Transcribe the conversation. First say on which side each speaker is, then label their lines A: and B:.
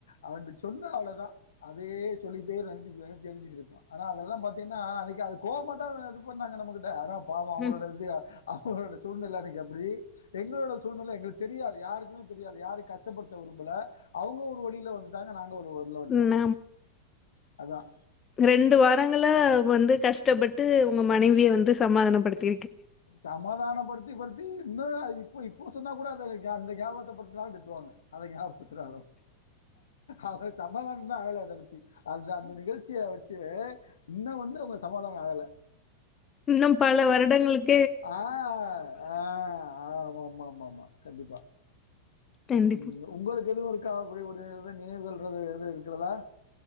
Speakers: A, on the left; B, on the left.
A: அவன்ட சொன்னா அவ்ளதா. அதே சொல்லிட்டே நெனைச்சி நெனச்சி தெரிஞ்சட்டு இருப்பான். ஆனா அதெல்லா பாத்தீங்ன்னா அன்னக்கி அது கோவமாத்தா புக் பண்ணாங்க நம்மக்கிட்ட அதா பாவம் அவங்களோட
B: ம்
A: இது அ அவங்களோட சூழ்நெலை அன்னக்கி அப்டி. எங்களோட சூழ்நெலை எங்களுக்கு தெரியாது, யாருக்குமே தெரியாது யாரு கஷ்டப்படுத்த விரும்பல. அவுங்க ஒரு வழில வந்துட்டாங்க, நாங்க ங்க ஒரு வழில வன்டோம்
B: ம்
A: அதான்
B: ரெண்டு வாரங்கள்ள வந்து கஷ்டப்பட்டு உங்க மனைவிய வந்து சமாதானப்படுத்தி
A: சமாதானம் படுத்தி படுத்தி இன்னு இப்ப இப்போ சொன்னா கூட அத அந்த கேபத்த படுத்தினா கூட திட்டுவாங்க அத ஞாபகபடுத்துனாலும் அவ சம் சமாதானம் தான் ஆகல அத பத்தி அத்தா அந்த நிகழ்ச்சிய வச் சு இன்னு வந்து அவுங்க சமாதானம் ஆகல
B: இன்னும் பல வருடங்களுக்
A: ஆஹ் ஆஹ் ஆமாமாமாமா கண்டிப்பா
B: கண்டிப்பா.
A: உம் உங்களுக்கு எதுவு இரு கா அப்டி ஒரு இது நினைவுகள்ன்றது எதும் இருக்கிறதா